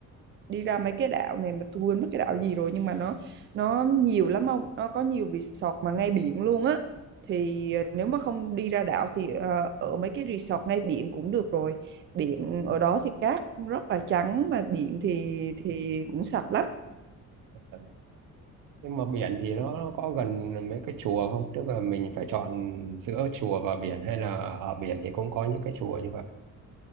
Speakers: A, on the right (about 35°); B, on the right (about 80°).
A: đi ra mấy cái đảo này mà tôi quên mất cái đảo gì rồi nhưng mà nó nó nhiều lắm ông, nó có nhiều resort mà ngay biển luôn á thì ờ, nếu mà không đi ra đảo thì ờ, ở mấy cái resort ngay biển cũng được rồi biển ở đó thì cát rất là trắng mà biển thì thì cũng sạch lắm
B: Ờ. nhưng mà biển thì nó, nó có gần mấy cái chùa không tức là mình phải chọn giữa chùa và biển hay là ở biển thì cũng có những cái chùa như vậy